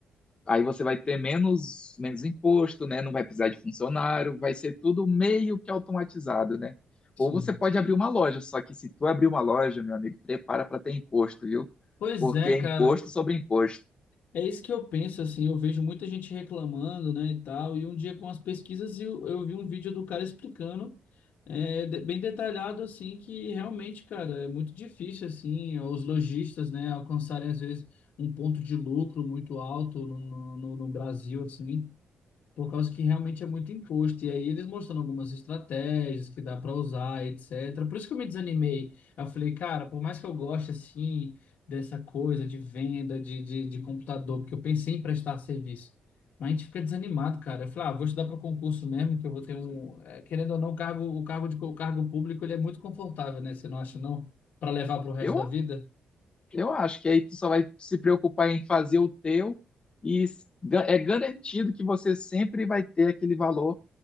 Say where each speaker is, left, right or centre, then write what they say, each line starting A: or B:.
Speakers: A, on the left (about 35°); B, on the left (about 75°).
A: Aí você vai ter menos, menos imposto, né? Não vai precisar de funcionário, vai ser tudo meio que automatizado, né?
B: Sim.
A: Ou você pode abrir uma loja, só que se tu abrir uma loja, meu amigo, prepara para ter imposto, viu?
B: Pois
A: Porque
B: é,
A: é
B: cara.
A: imposto sobre imposto.
B: É isso que eu penso, assim, eu vejo muita gente reclamando, né, e tal, e um dia com as pesquisas eu, eu vi um vídeo do cara explicando, é, de- bem detalhado, assim, que realmente, cara, é muito difícil, assim, os lojistas, né, alcançarem, às vezes, um ponto de lucro muito alto no, no, no no Brasil, assim, por causa que realmente é muito imposto. E aí eles mostrando algumas estratégias que dá para usar, etc. Por isso que eu me desanimei. Eu falei, cara, por mais que eu goste assim dessa coisa de venda de, de, de computador, porque eu pensei em prestar serviço. Mas a gente fica desanimado, cara. Eu falei, ah, vou estudar para concurso mesmo, que eu vou ter um. eh, Querendo ou não, o cargo, o cargo de o cargo público ele é muito confortável, né? Você não acha, não? Para levar para o resto
A: Eu,
B: da vida.
A: eu acho que aí tu só vai se preocupar em fazer o teu e s- ga- é garantido que você sempre vai ter aquele valor